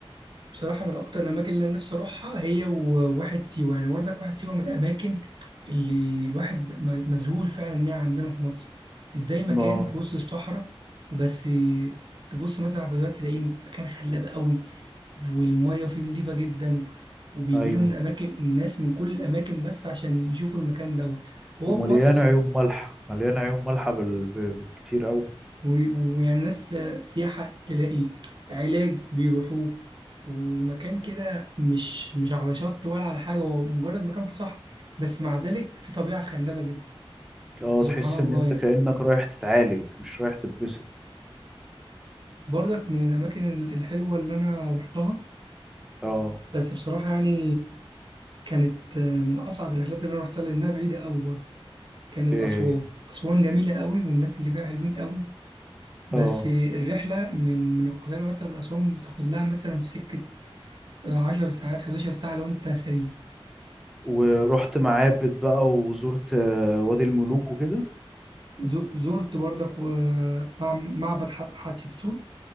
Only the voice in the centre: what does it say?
اه
ايوه
ومليان
عيون مالحة مليان عيون مالحة بال... ب- بالكتير أوي
اه
تحس
ان انت
كأنك رايح تتعالج مش رايح تتبسط
اه
ايه
هي
اه
ورحت معابد بقى وزرت آه، وادي الملوك وكده